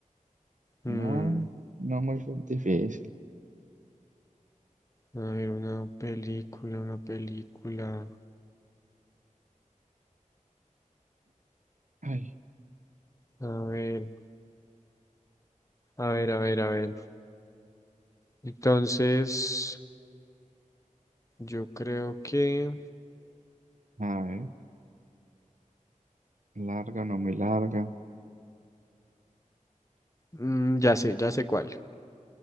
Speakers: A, on the left (about 25°); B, on the right (about 65°).
A: Mm.
B: No, no muy difícil.
A: A ver, una película, una película.
B: Ay,
A: A ver, a ver, a ver, a ver. Entonces, yo creo que...
B: a ver, larga o no muy larga.
A: mm, ya sé, ya sé cuál.